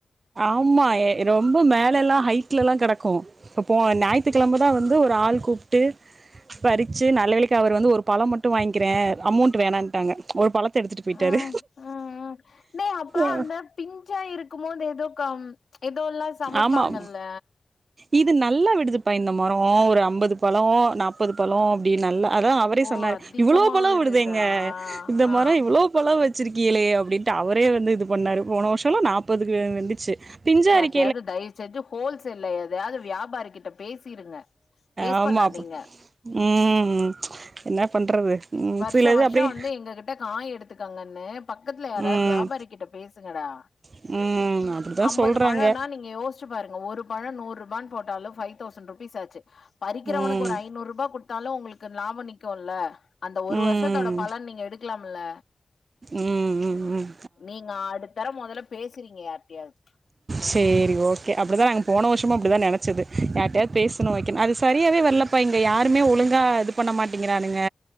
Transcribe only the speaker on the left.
ம் ம் ம் டேய் அப்ப
அந்த பிஞ்சா இருக்குமோது ஏதோ கம் ஏதோல்லா சமைப்பாங்கல்ல
ஓ
அதிகமா
வருதா
ஆ
எப்டியாது தயவு செஞ்சி ஹோல்சேல்ல எதையாவது வியாபாரிகிட்ட பேசிருங்க வேஸ்ட்
பண்ணாதீங்க
வருஷோ
வருஷோ
வந்து எங்ககிட்ட காய் எடுத் துக்கோங்கன்னு பக்கத்துல யாராது
வியாபாரி கிட்ட பேசுங்கடா
அம்பது
பழனா நீங்க யோச்சு பாருங்க ஒரு பழோ நூற்ரூபான் போட்டாலு ஃபைவ் தௌசண்ட் ரூபீஸ் ஆச்சி பறிக்கிறவனுக்கு
ஒரு ஐநூற்ரூபா குட்த்தாலு உங்களுக்கு லாபோ நிக்குல்ல அந்த ஒரு
வருஷத்தோட பலன் நீங்க எடுக்கலாம் இல்ல
நீங்க அடுத்தர மொதல்ல பேசுறீங்க யார்ட்டயாவது